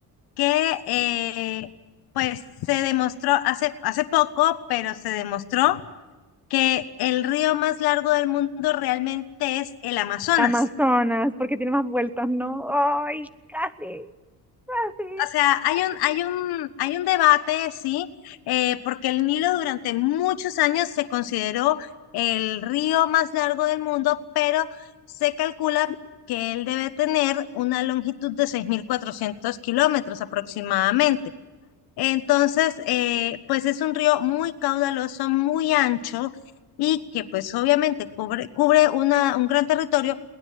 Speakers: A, on the left; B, in the centre.
A: Que eh, pues se demostró hace, hace poco, pero se demostró que el río más largo del mundo realmente es el Amazonas.
B: Amazonas, porque tiene más vueltas, ¿no? ¡Ay, casi! ¡Casi!
A: O sea, hay un, hay un, hay un debate, sí, eh, porque el Nilo durante muchos años se consideró el río más largo del mundo, pero se calcula que él debe tener una longitud de 6.400 kilómetros aproximadamente. Entonces, eh, pues es un río muy caudaloso, muy ancho y que pues obviamente cubre, cubre una, un gran territorio,